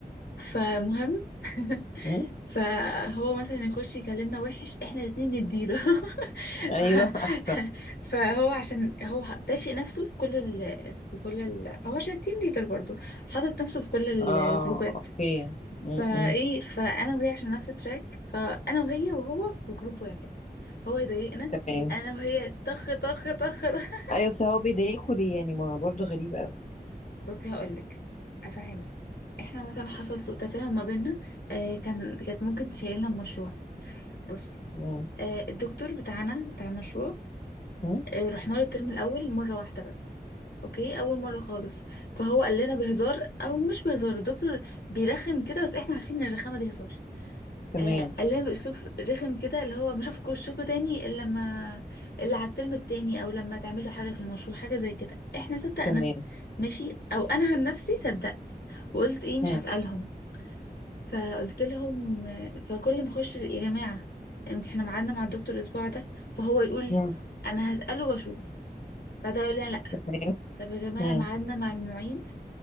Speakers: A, on the left; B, on the left.
A: فمهم <laughs>
B: مم.
A: فهو مثلا يخش يكلمنا وحش احنا الاتنين نديله <laughs>
B: ايوه
A: ف-
B: احسن
A: فهو عشان هو راشق نفسه في كل ال في كل ال هو عشان تيم ليدر برضه حاطط نفسه في كل
B: اه
A: الجروبات
B: اوكي
A: فايه
B: م-م.
A: فانا وهي عشان نفس التراك فانا وهي وهو في جروب واحد هو يضايقنا
B: تمام
A: انا وهي طخ طخ طخ <laughs>
B: ايوه بس هو بيضايقوا ليه يعني ما هو برضه غريب قوي
A: بصي هقولك افهمك احنا مثلا حصل سوء تفاهم ما بيننا آه كان كانت ممكن تشيلنا المشروع بصي
B: م.
A: آه، الدكتور بتاعنا بتاع المشروع
B: م.
A: آه، رحنا له الترم الاول مره واحده بس اوكي اول مره خالص فهو قال لنا بهزار او مش بهزار الدكتور بيرخم كده بس احنا عارفين ان الرخامه دي هزار
B: تمام
A: آه، قال لنا باسلوب رخم كده اللي هو ما اشوفكوا وشكوا تاني الا لما الا على الترم التاني او لما تعملوا حاجه في المشروع حاجه زي كده احنا صدقنا
B: تمام
A: ماشي او انا عن نفسي صدقت وقلت ايه مش
B: م.
A: هسالهم فقلت لهم فكل ما اخش يا جماعه يعني احنا ميعادنا مع الدكتور الاسبوع ده فهو يقول
B: م.
A: انا هساله واشوف بعدها يقول لا لا
B: تمام
A: طب يا جماعه
B: م.
A: ميعادنا مع المعيد